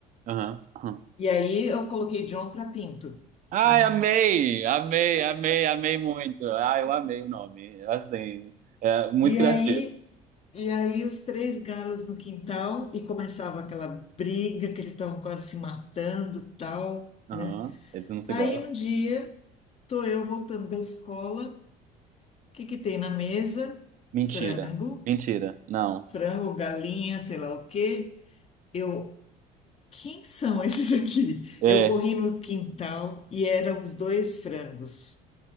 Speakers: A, on the right; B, on the left.
A: Aham, aham.
B: E aí eu coloquei John Trapinto,
A: Ai,
B: né?
A: amei, amei, amei, amei muito. Ai, eu amei o nome. Assim, é muito
B: E
A: criativo.
B: aí, e aí os três galos no quintal e começava aquela briga que eles estavam quase se matando, tal,
A: Aham.
B: né?
A: Eles não se
B: Aí
A: gostam.
B: um dia, tô eu voltando da escola, o que que tem na mesa?
A: Mentira,
B: Frango,
A: mentira. Não.
B: frango, galinha, sei lá o quê. Eu Quem são <laughs> esses aqui?
A: É,
B: Eu corri no quintal e eram os dois frangos.